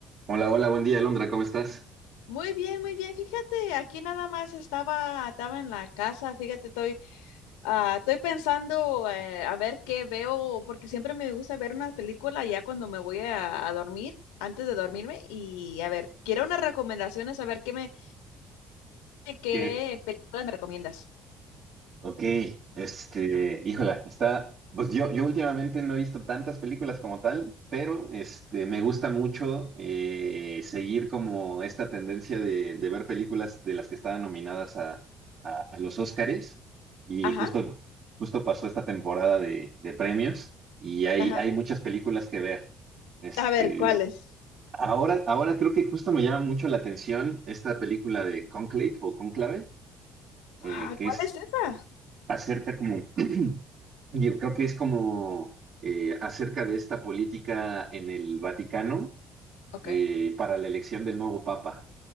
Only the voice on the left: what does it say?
Muy bien, muy bien. Fíjate, aquí nada más estaba, estaba en la casa. Fíjate, estoy, ah, estoy pensando eh, a ver qué veo, porque siempre me gusta ver una película ya cuando me voy a, a dormir, antes de dormirme. Y a ver, quiero unas recomendaciones, a ver qué me, qué
películas me recomiendas.
Ajá,
ajá.
A ver, ¿cuáles?
Ah,
¿cuál
es esa?
Ok.